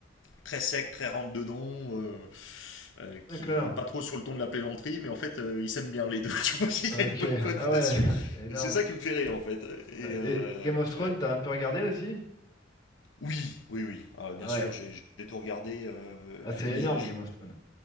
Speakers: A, on the left (about 85°); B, on the left (about 20°).
A: très sec, très rentre dedans, euh, euh,
B: D'accord.
A: qui est pas trop sur le ton de la plaisanterie, mais en fait, euh, ils s'aiment bien les deux. <laughs> Tu vois, il
B: Ok,
A: y a une bonne cohabitation.
B: ah ouais, <laughs> énorme.
A: Et c'est ça qui me fait rire, en fait.
B: Ouais.
A: Et euh,
B: Et Game of Thrones,
A: ouais.
B: t'as un peu regardé aussi?
A: Oui, oui, oui. Ah, bien
B: Ah ouais,
A: sûr, j'ai j'ai tout regardé. euh,
B: ah, c'est
A: et
B: énorme,
A: j'ai- j'ai-
B: Game of Thrones.